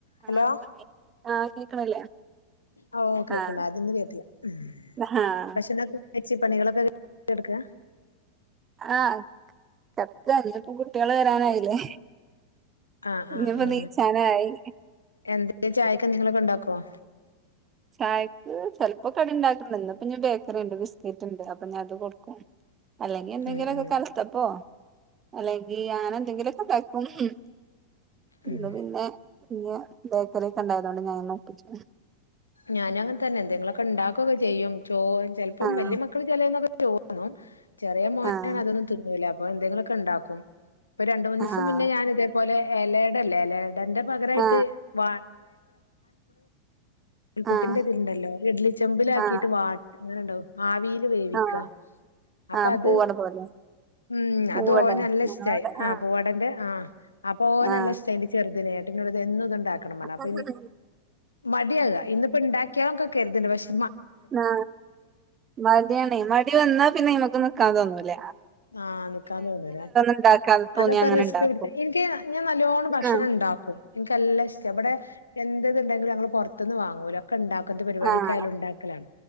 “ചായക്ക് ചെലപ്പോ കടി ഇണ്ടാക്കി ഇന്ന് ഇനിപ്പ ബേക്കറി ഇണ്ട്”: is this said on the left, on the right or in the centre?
Right